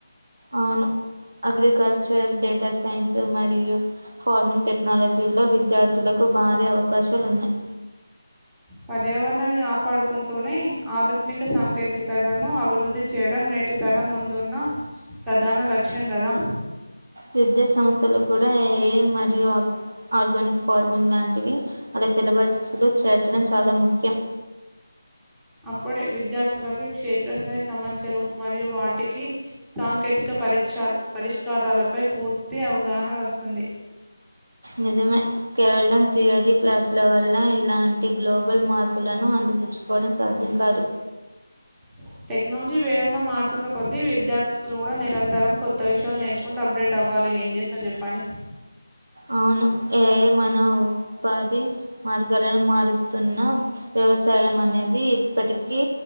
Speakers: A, on the right (about 55°); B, in the centre.
A: అవును అగ్రికల్చర్ డేటా సైన్స్ మరియు ఫార్మింగ్ టెక్నాలజీ లో విద్యార్థులకు భారీ అవకాశాలున్నయ్
B: పర్యావరణాన్ని కాపాడుకుంటూనే ఆధునిక సాంకేతికతను అభివృద్ధి చేయడం నే టి తరం ముందున్న ప్రధాన లక్ష్యం కదా
A: విద్యా సంస్థలు కూడా ఏఐ మరియు ఆర్గానిక్ ఫార్మింగ్ లాంటివి అల సిలబస్ లో చేర్చడం చాలా ముఖ్యం
B: అప్పుడే విద్యార్థులకు క్షేత్రస్థాయి సమస్యలు మరియు వాటికి సాంకేతిక పరిక్షాలు పరిష్కారాలపై పూర్తి అవగాహన వస్తుంది
A: నిజమే కేవలం థియరీ క్లాసుల వల్ల ఇలాంటి గ్లోబల్ మార్పులు లను అందిపుచ్చుకోవడం సాధ్యం కాదు
B: హలో టెక్నాలజీ వేగంగా మారుతున్న కొద్ది విద్యార్థులు కూడా నిరంతరం కొత్త విషయాలు నేర్చుకుంట అప్డేట్ అవ్వాలి మీరు ఏం చేస్తారు చెప్పండి
A: అవును ఏ మన ఉపాధి మార్గాలను మారుస్తున్న వ్యవసాయం అనేది ఇప్పటికీ